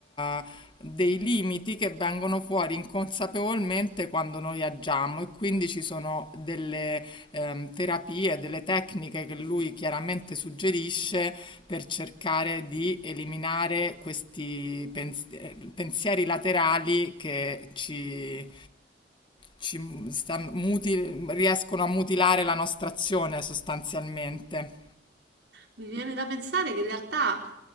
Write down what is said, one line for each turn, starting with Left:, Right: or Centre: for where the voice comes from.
Left: eh, dei limiti che vengono fuori inconsapevolmente quando noi agiamo e quindi ci sono delle ehm, terapie, delle tecniche che lui chiaramente suggerisce per cercare di eliminare questi pens- eh, pensieri laterali che ci, ci stan- muti- riescono a mutilare la nostra azione sostanzialmente.
Right: Mi viene da pensare che in realtà